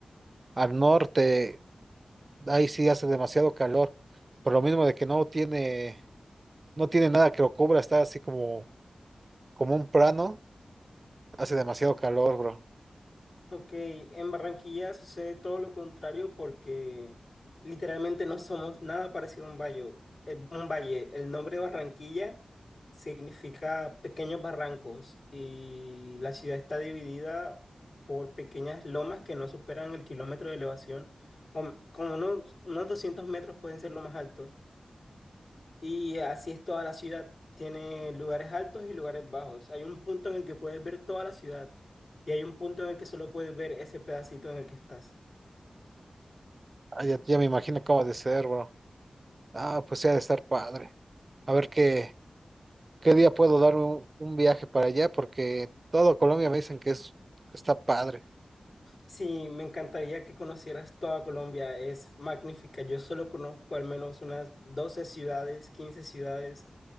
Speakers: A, on the right; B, on the left.
A: al norte, ahí sí hace demasiado calor, por lo mismo de que no tiene No tiene nada que lo cubra, está así como, como un plano. Hace demasiado calor, bro.
B: Ok, en Barranquilla sucede todo lo contrario porque literalmente no somos nada parecido a un valle. Eh, Un valle. El nombre Barranquilla significa pequeños barrancos y la ciudad está dividida por pequeñas lomas que no superan el kilómetro de elevación. o m- Como unos, unos 200 metros pueden ser lo más alto. Y así es toda la ciudad. Tiene lugares altos y lugares bajos. Hay un punto en el que puedes ver toda la ciudad y hay un punto en el que solo puedes ver ese pedacito en el que estás.
A: Ah, ya, ya me imagino cómo ha de ser, bro. Ah, pues sí, ha de estar padre. A ver qué, qué día puedo darme un, un viaje para allá, porque todo Colombia me dicen que es, que está padre.
B: Sí, me encantaría que conocieras toda Colombia. Es magnífica. Yo solo conozco al menos unas 12 ciudades, 15 ciudades.